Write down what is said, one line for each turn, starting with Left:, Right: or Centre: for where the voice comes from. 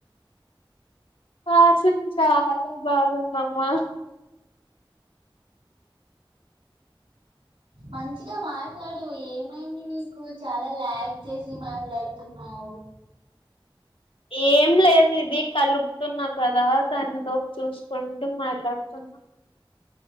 Left: ఆ చాలా బాగుందమ్మా
Right: మంచిగా మాట్లాడు ఏమైంది నీకు చాలా లలా్యాగ్ చేసి మాట్లాడుతున్నావు
Left: ఏం లేదుది కలుపుతున్నా కదా దానితో చూసుకుం మాట్లాడుతున్నా